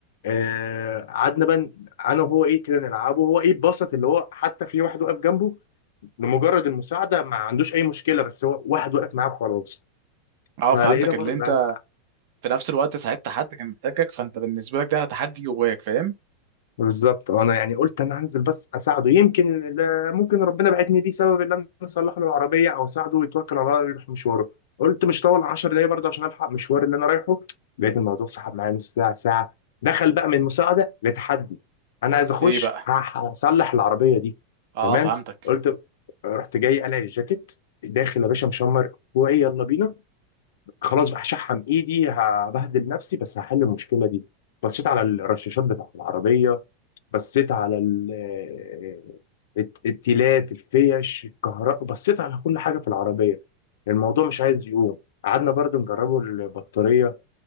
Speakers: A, on the left; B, on the right.
A: آه قعدنا بقى ن- انا وهو ايه كده نلعبه هو ايه بسط اللي هو حتى في واحد واقف جنبه لمجرد المساعده ما عندوش اي مشكله بس هو واحد واقف معاه وخلاص
B: اه
A: فلقينا
B: فهمتك
A: برضو
B: اللي انت
A: يعني
B: في نفس الوقت ساعدت حد كان محتاجك فانت بالنسبه لك ده تحدي جواك فاهم
A: بالظبط آه، انا يعني قلت انا هنزل بس اساعده يمكن ال- ممكن ربنا بعتني ليه سبب ان انا اصلح له العربيه او اساعده يتوكل على الله يروح مشواره قلت مش طول 10 دقايق برضه عشان الحق مشوار اللي انا رايحه لقيت الموضوع سحب معايا نص ساعه ساعه دخل بقى من مساعده لتحدي انا عايز اخش
B: ايه بقى
A: هح- هصلح العربيه دي
B: اه
A: تمام
B: فهمتك
A: قلت رحت جاي قلع الجاكيت داخل يا باشا مشمر كوعي يلا بينا خلاص بقى هشحم ايدي هبهدل نفسي بس هحل المشكله دي بصيت على الرشاشات بتاعت العربيه بصيت على ال- آه، الت- التيلات الفيش الكهرباء بصيت على كل حاجه في العربيه الموضوع مش عايز يقوم قعدنا برضو نجربه البطاريه